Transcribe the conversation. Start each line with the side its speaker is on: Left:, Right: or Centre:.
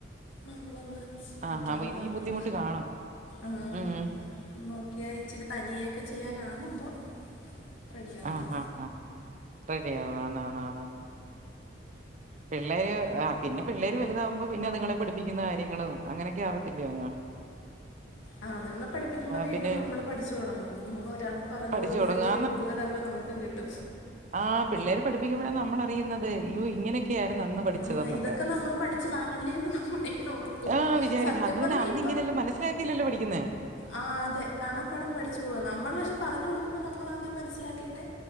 Left: നമ്മളൊന്ന് നിക്കണന്നേ
Right: ആഹ് ആഹ് ഈ
Left: ഉള്ളു
Right: ബുദ്ധിമുട്ട് കാണും
Left: ആഹ്
Right: ഉം
Left: ഇച്ചിരി തനിയൊക്കെ ചെയ്യാനാകുമ്പോൾ റെഡിയാകും
Right: ആഹ് ഹ ഹ റെഡി ആവ ആണ് ആണ് ആണ് പിള്ളേര് ആഹ് പിന്നെ പിള്ളേര് വലുതാവകുമ്പോ പിന്നെ അതുങ്ങളെ പഠിപ്പിക്കുന്ന കാര്യങ്ങൾ അങ്ങനെയൊക്കെ ആവത്തില്ലോ അങ്ങ്
Left: ആഹ് അതുങ്ങളെ പഠിപ്പുമ്പോൾ
Right: ആ,
Left: വീണ്ടും
Right: പിന്നെ
Left: നമ്മൾ പഠിച്ച് തുടങ്ങും നമ്മൾ ഒരാൾക്ക് പറഞ്ഞു
Right: പഠിച്ചു
Left: കൊടുക്കുമ്പോഴത്തേക്ക്
Right: തുടങ്ങും
Left: കൂടുതൽ അറിവ് നമുക്ക് ക്കും കിട്ടും
Right: ആഹ് പിള്ളേര് പഠിപ്പിക്കുമ്പഴ നമ്മള അറിയുന്നത് ഇങ്ങനെ ഇതൊക്കെ ആയിരുന്നു അന്ന് പഠിച്ചതെന്നൊക്കെ
Left: ആ ഇതൊക്കെ നമ്മൾ പഠിച്ചതാണല്ലേ എന്ന് നമ്മളിങ്ങനെ ഓർക്കും
Right: ആഹ് വിചാരിക്കും
Left: സത്യം
Right: അതുപിന്നെ
Left: പറഞ്ഞാൽ
Right: അന്ന് ഇങ്ങനെ മനസിലാക്കിയല്ലല്ലോ പഠിക്കുന്നെ
Left: ആഹ് അതെ കാണാപ്പാടം പഠിച്ചു പോവാ നമ്മൾ പക്ഷെ പറഞ്ഞു കൊടുക്കുമ്പോൾ നമ്മൾ ആദ്യം മനസ്സിലാക്കിയിട്ടെ